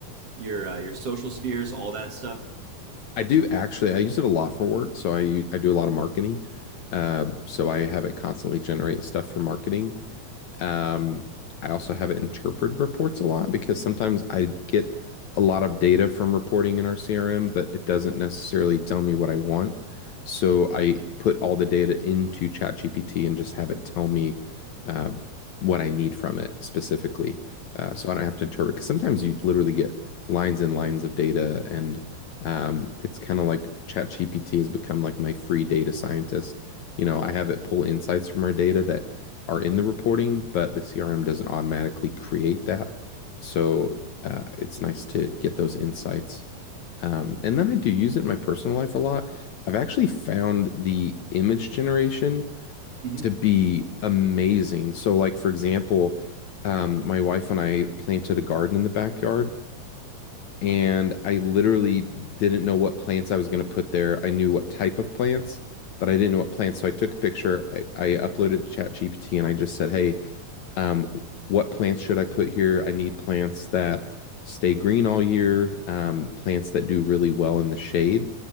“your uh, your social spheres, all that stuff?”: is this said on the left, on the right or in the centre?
Right